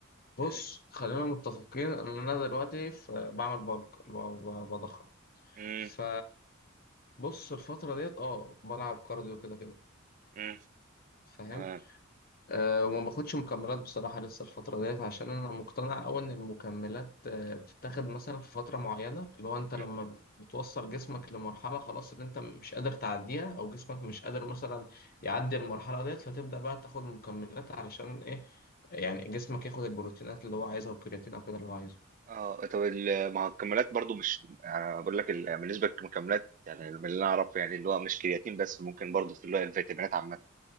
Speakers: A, on the left (about 45°); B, on the right (about 40°).
A: بص
B: آه.
A: خلينا متفقين إن أنا دلوقتي في بعمل بالك اللي هو ب- بضخم
B: مم.
A: ف بص الفترة ديت اه بلعب كارديو كده كده
B: مم.
A: فاهم
B: تمام
A: أه وما باخدش مكملات بصراحة لسه الفترة ديت عشان أنا مقتنع أوي إن المكملات أه بتتاخد مثلا في فترة معينة اللي هو أنت
B: مم.
A: لما بتوصل جسمك لمرحلة خلاص إن أنت مش قادر تعديها أو جسمك مش قادر مثلا يعدي المرحلة ديت فتبدأ بقى تاخد مكملات علشان إيه يعني جسمك ياخد البروتينات اللي هو عايزها والكرياتين أو كده اللي هو عايزه
B: اه طب ال- مع المكملات برضو مش يعني انا بقول لك ال- بالنسبه للمكملات يعني من اللي انا اعرفه يعني اللي هو مش كرياتين بس ممكن برضو في اللي هو الفيتامينات عامه